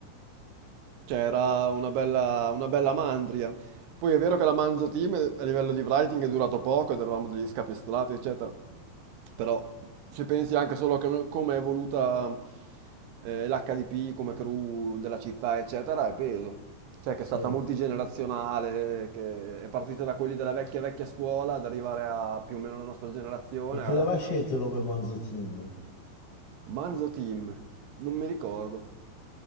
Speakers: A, on the right (about 70°); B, on the left (about 75°).
A: Cioè, era una bella, una bella mandria. Poi è vero che la Manzo Team eh, a livello di writing è durato poco ed eravamo degli scapestrati, eccetera. Però se pensi anche solo a come come è evoluta eh, l'HDP come crew della città, eccetera, è peso. Cioè che è
B: sì.
A: stata multigenerazionale, che è partita da quelli della vecchia vecchia scuola ad arrivare a più o meno la nostra generazione.
B: Ma chi
A: a-
B: l'aveva scelto il nome Manzo Team? Eh,
A: Manzo Team, non mi ricordo.